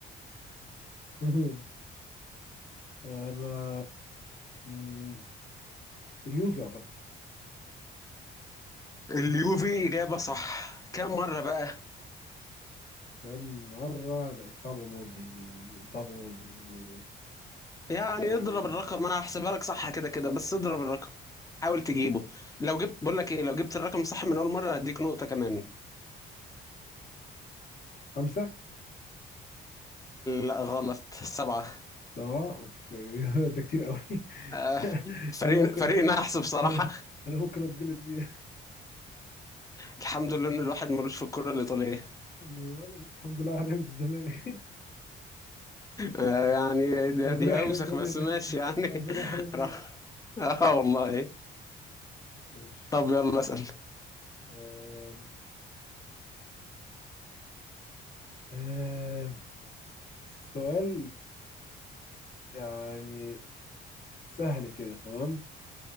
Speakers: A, on the left; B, on the left.
A: <laughs> انا مم، اليوفي اعتقد
B: اليوفي اجابه صح كام مره بقى
A: كم مرة لا دي صعبة موت دي دي دي صعبة موت دي, دي, دي.
B: يعني
A: يعني
B: اضرب الرقم انا هحسبها لك صح كده كده بس اضرب الرقم حاول تجيبه لو جبت بقول لك ايه لو جبت الرقم صح من اول مره هديك نقطه كمان
A: خمسة
B: لا غلط سبعه
A: سواء اوف <laughs> ده كتير قوي
B: آه،
A: <laughs>
B: فريق
A: انا ممكن
B: فريق نحس بصراحه
A: انا أنا ممكن اتجلد فيها
B: الحمد لله ان الواحد ملوش في الكره الايطاليه
A: <laughs> الحمد لله على نعمة الزمالك <laughs>
B: آه، يعني دي,
A: ربنا
B: دي
A: يحرمنا
B: اوسخ بس
A: منها
B: ماشي يعني
A: ربنا يحرمنا
B: <laughs> راح.
A: منها
B: اه والله
A: ماشي
B: طب يلا اسال
A: آم، آم، سؤال يعني سهل كده تمام